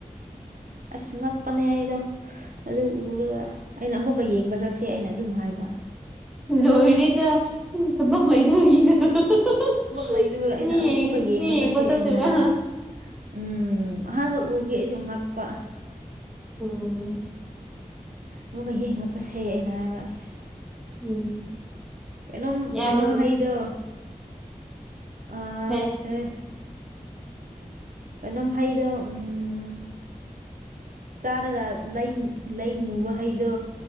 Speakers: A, on the right; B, in the centre.
A: ꯑꯁ ꯉꯛꯄꯅꯦ ꯑꯩꯗꯣ ꯑꯗꯨ ꯎꯔꯒ ꯑꯩꯅ ꯑꯃꯨꯛꯀ ꯌꯦꯡꯕ ꯆꯠꯁꯦ ꯑꯩꯅ ꯑꯗꯨꯝ ꯍꯥꯏꯕ
B: ꯂꯣꯏꯔꯦꯗ ꯊꯕꯛ ꯂꯩꯗꯕꯒꯤꯗ <unintelligible>
A: ꯊꯕꯛ ꯂꯩꯗꯕ ꯑꯩꯅ
B: ꯃꯤ
A: ꯑꯃꯨꯛꯀ
B: ꯃꯤ ꯌꯦꯡꯕ
A: ꯆꯠꯁꯦ
B: ꯆꯠꯇꯣꯏꯕ
A: ꯑꯩꯅ ꯍꯥꯏꯕ ꯎꯝ ꯑꯍꯥꯟꯕ ꯎꯕꯒꯤ ꯑꯩꯁꯨ ꯉꯛꯄ
B: ꯎꯝ
A: ꯑꯃꯒ ꯌꯦꯡꯕ ꯆꯠꯁꯩ ꯑꯩꯅ ꯍꯥꯏꯕ ꯑꯁ
B: ꯎꯝ
A: ꯀꯩꯅꯣꯝ
B: ꯌꯥꯝ
A: ꯀꯩꯅꯣꯝ ꯍꯩꯗ ꯑ
B: ꯐꯩ
A: ꯁꯦ ꯀꯩꯅꯣꯝ ꯍꯩꯗꯣ ꯎꯝ ꯆꯥꯔꯒ ꯂꯩ ꯂꯩ ꯃꯨꯕ ꯍꯩꯗꯣ